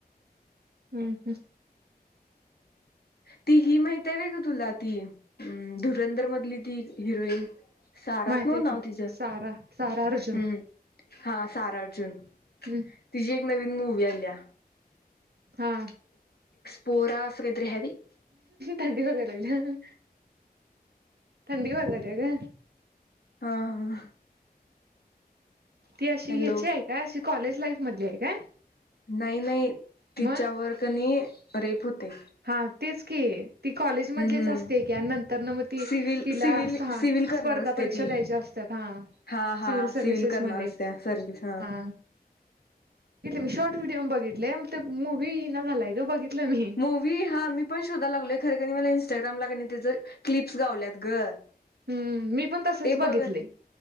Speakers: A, on the right (about 80°); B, on the left (about 75°).
A: हम्म हं.
B: ती हि माहित हाय व्ह तुला ती अ धुरंधर मधली ती हिरोईन सारच
A: माहित
B: न्हव
A: आहे की
B: नाव तिचं
A: सारा सारा अर्जुन
B: हम्म. हा सारा अर्जुन
A: हम्म
B: तिची एक नवीन मूवी आल्या.
A: हा.
B: पोरा अस काहीतरी हाय बाई.
A: थंडी <unintelligible> थंडी वाजायल्या ग.
B: हा हा.
A: ती अशी
B: हॅलो
A: ह्याची हाय काय अशी कॉलेज लाईफ मधली हाय काय?
B: नाही नाही तिच्यावर
A: मग
B: कनी रेप होतय.
A: हा तेच की. ती कॉलेज मधलीच
B: हम्म
A: असते की नंतर ना मग ती
B: सिव्हल
A: तिला
B: सिव्हल
A: सा
B: सिव्हल करणार
A: स्पर्धा
B: असते
A: परीक्षा
B: ती
A: द्यायच्या असतात. हा
B: हा हा
A: सिव्हल सर्व्हिसेस
B: करणार
A: मध्ये
B: असत्या सर्विस
A: हा. लेट मी शॉर्ट व्हिडिओ बघितले ते मूवी ई ना झालाय ग बघितलं मी.
B: मूवी हा मी पणं शोध लागलोय खरे का मला इंस्टाग्रामवर की त्यांच्या क्लिप्स गावल्यात गं
A: हम्म मी पण तसच
B: ते
A: बघितले
B: बघ